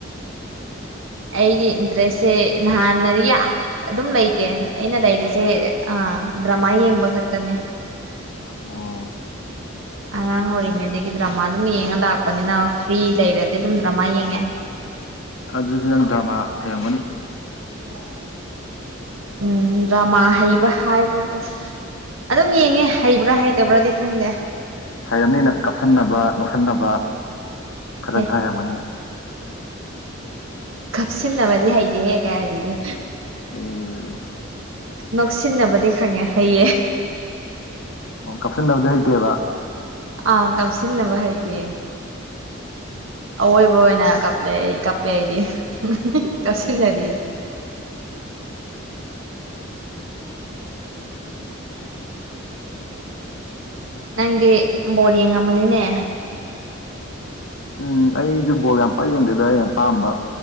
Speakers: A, on the right; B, on the left.
A: ꯑꯩꯒꯤ ꯏꯟꯇꯔꯦꯁꯁꯦ ꯅꯍꯥꯟꯅ ꯑꯗꯨꯝ ꯂꯩꯇꯦ ꯑꯩꯅ ꯗꯥꯏꯔꯤꯁꯦ ꯗ꯭ꯔꯃꯥ ꯌꯦꯡꯕ ꯈꯛꯇꯅꯦ
B: ꯑꯣ
A: ꯑꯉꯥꯡ ꯑꯣꯏꯔꯤꯉꯩꯗꯒꯤ ꯗ꯭ꯔꯃꯥ ꯑꯗꯨꯝ ꯌꯦꯡꯉ ꯂꯥꯛꯄꯅꯤꯅ ꯐ꯭ꯔꯤ ꯂꯩꯔꯗꯤ ꯑꯗꯨꯝ ꯗ꯭ꯔꯃꯥ ꯌꯦꯡꯉꯦ
B: ꯑꯗꯨꯗꯤ ꯅꯪ ꯗ꯭ꯔꯃꯥ ꯍꯩꯔꯝꯒꯅꯤ
A: ꯍ ꯍꯥꯏ ꯎꯝ ꯗ꯭ꯔꯃꯥ ꯍꯩꯕ ꯍꯥꯏꯕꯕꯨ ꯑꯗꯨꯝ ꯌꯦꯡꯉꯦ ꯍꯩꯕ꯭ꯔꯥ ꯍꯩꯇꯕ꯭ꯔꯥꯗꯤ ꯈꯪꯗꯦ
B: ꯍꯩꯔꯝꯅꯤ ꯅꯪ ꯀꯥꯞꯁꯟꯅꯕ ꯅꯣꯛꯁꯟꯅꯕ ꯈꯔ
A: ꯍꯦ
B: ꯈꯔ ꯍꯦꯟꯒꯅꯤ
A: ꯀꯥꯞꯁꯤꯟꯅꯕꯗꯤ ꯍꯩꯇꯦꯍꯦ ꯀꯥꯏꯗꯒꯤ꯫
B: ꯎꯝ꯫
A: ꯅꯣꯛꯁꯤꯟꯅꯕꯗꯤ ꯈꯪꯉꯦ ꯍꯩꯌꯦ꯫
B: ꯀꯞꯁꯤꯟꯅꯕꯗꯤ ꯍꯩꯇꯦꯕ꯫
A: ꯑꯥ ꯀꯞꯁꯤꯟꯅꯕ ꯍꯩꯇꯦ꯫ ꯑꯋꯣꯏꯕ ꯑꯣꯏꯅ ꯀꯞꯂꯦ ꯑꯩ ꯀꯞꯄꯦ ꯑꯩꯗꯤ ꯀꯞꯁꯤꯟꯅꯗꯤ꯫
B: ꯑꯣ
A: ꯅꯪꯗꯤ ꯕꯣꯔ ꯌꯦꯡꯉꯝꯃꯅꯤꯅꯦ꯫
B: ꯎꯝ ꯑꯩꯁꯨ ꯕꯣꯜ ꯌꯥꯝ ꯄꯛ ꯌꯦꯡꯗꯦꯗ ꯑꯩꯅ ꯄꯥꯝꯕ